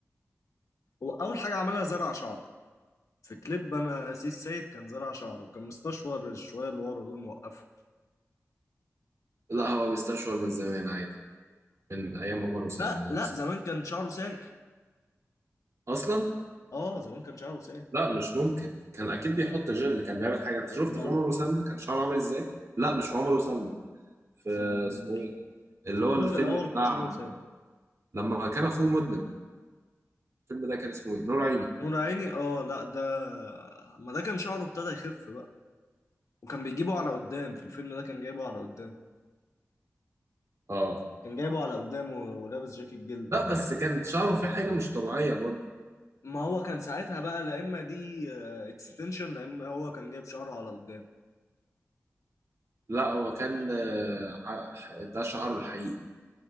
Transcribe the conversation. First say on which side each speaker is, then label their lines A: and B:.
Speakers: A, on the left (about 75°); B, on the right (about 65°).
A: هو اول حاجه عملها زرع شعر في كليب انا سيس سيد كان زرع شعره وكان مستشفر الشويه اللي ورا دول موقفه
B: لا هو بيستشعر من زمان عادي من ايام عمر وسلمى
A: لا
B: هو
A: لا
B: بيست...
A: زمان كان شعره سايق
B: اصلا
A: اه زمان كان شعره سايب
B: لا مش ممكن كان اكيد بيحط جل كان بيعمل حاجه انت شفت
A: لو
B: في عمر وسلمى كان شعره عامل ازاي لا مش في عمر وسلمى في
A: في ال-
B: اسمه ايه اللي
A: في الجزء
B: هو الفيلم
A: الاول
B: بتاع
A: كان شعره سايب
B: لما كان اخوه مدمن الفيلم ده كان اسمه ايه نور عيني
A: نور عيني اه لا ده ما ده كان شعره ابتدى يخف بقى وكان بيجيبه على قدام في الفيلم ده كان جايبه على قدام
B: اه
A: كان جايبه على قدام و- ولابس جاكيت جلد
B: لا بس كان شعره فيه حاجه مش طبيعيه برضه
A: ما هو كان ساعتها بقى لا اما دي اكستنشن لا اما هو كان جايب شعره على قدام
B: لا هو كان آه، ح- ده شعره الحقيقي